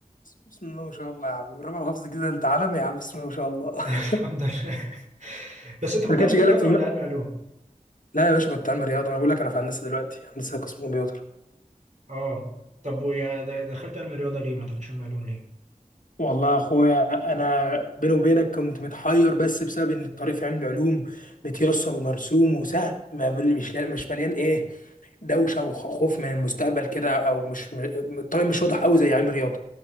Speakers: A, on the left (about 75°); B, on the right (about 60°).
A: بسم الله ما شاء الله يا عم ربع حافظ كده انت عالمي يا عم بسم الله ما شاء الله
B: <laughs> الحمد
A: <laughs>
B: لله بس انت كنت
A: ما كانش
B: علم
A: جالك
B: رياضه
A: في
B: ولا
A: الم...
B: علم علوم
A: لا يا باشا كنت علمي رياضه انا بقول لك انا في هندسه دلوقتي هندسه قسم كمبيوتر
B: اه طب ويا د- دخلت علم رياضه ليه ما دخلتش علم علوم ليه
A: والله يا اخويا انا بيني وبينك كنت متحير بس بسبب ان الطريق في علم علوم متيسر ومرسوم وسهل ما مش لا- مش مليان ايه دوشه وخوف من المستقبل كده او مش م- الطريق مش واضح قوي زي علم الرياضه